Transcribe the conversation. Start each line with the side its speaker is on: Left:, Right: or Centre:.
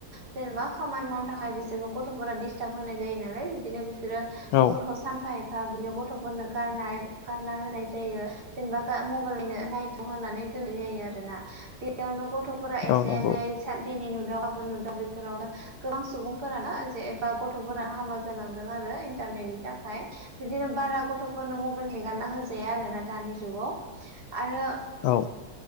Right: जेनेबा खामानि मावनो थाखाय बिसोरखौ गथफोरा डिस्टार्ब होनाय जायो नालाय बिदिनो बिसोरो
Left: औ
Right: मबेलखौ सानफा ए एफा बिदिनो गथफोरनो गारनाय गारना होनाय जायो जेनेबा गा म नो नायथ होननानै दोननाय जायो आरोना बेयावनो ग गथफोरा एसे
Left: औ नंगौ
Right: नै साद दिननि नु नुदाव गाबोन नुदाव बेफोरावनो गोबां सुबुंफोरानो जेबा गथफोरानो हामा जालांदों आरो इन्टार नि थाखाय बिदिनो बारा गथफोरनो मबाइल हेगारना होजाया आरो ना दानि जुगाव आरो
Left: औ